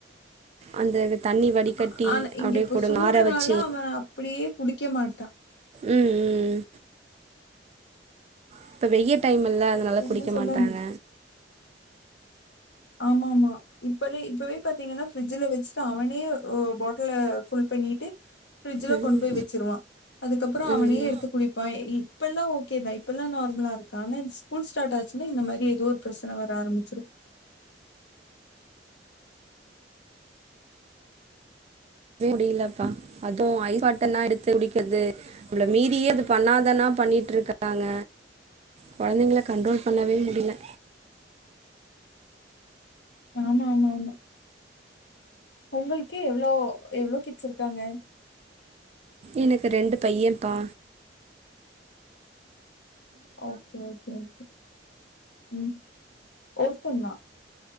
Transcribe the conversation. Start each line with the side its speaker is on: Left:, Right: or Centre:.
Right: அந்த தண்ணி வடிகட்டி
Left: ஆ ஆனா இங்க
Right: அப்டியே
Left: இப்ப
Right: குடுங்க
Left: சூடுனால
Right: ஆற வச்சு
Left: அவ அப்பிடியே குடிக்க மாட்டா
Right: ம் ம் இப்ப வெய்ய டைம் இல் ல அதனால
Left: என்னமோ
Right: குடிக்க
Left: சொல்ல
Right: மாட்டாங்க
Left: வந்த ஆமாமா இப்பவே இப்பவே பாத்திங்கனா ஃப்ரிட்ஜில வச்சுட்டு அவனே பாட்டில ஃபுல் பண்ணிட்டு ஃப்ரிட்ஜ்ல
Right: ம்
Left: கொண்டு போய் வெச்சுருவா அதுக்கப்புற அவனே
Right: ம்
Left: எடுத்து குடிப்பா இப்பெல்லா ஓகே தா இப்பெல்லா நார்மலா இருக்கா ஆனா இந்த ஸ்கூல் ஸ்டாட் ஆச்சுனா இந்த மாரி எதோ ஒரு பிரசன வர ஆரம்பிச்சிரு
Right: வே முடிலப்பா அதுவு ஐஸ் வாட்டர்னா எடுத்து குடிக்கர்து நம்ள மீறியே அத பண்ணாதனா பண்ணிட்ருக்கறாங்க கொழந்தைங்கள கண்ட்ரோல் பண்ணவே முடில
Left: ஆமாமாமா உங்கள்க்கு எவ்ளோ எவ்ளோ கிட்ஸ் இருக்காங்க
Right: எனக்கு ரெண்டு பையம்ப்பா
Left: ஓகே ஓகே ஓகே ம் ஒருத்தந்தா